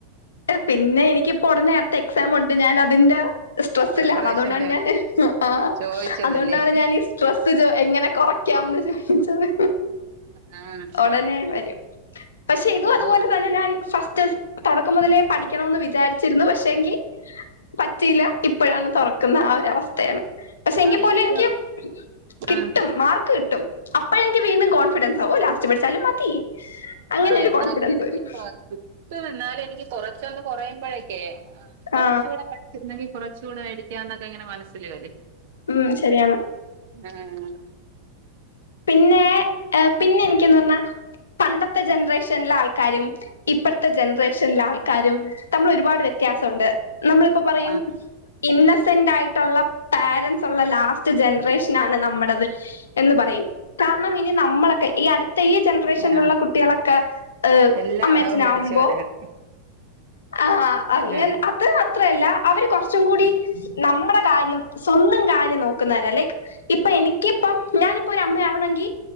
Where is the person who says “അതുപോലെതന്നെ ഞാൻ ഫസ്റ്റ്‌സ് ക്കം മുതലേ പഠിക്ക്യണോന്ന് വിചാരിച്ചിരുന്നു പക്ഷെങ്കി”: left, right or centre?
Left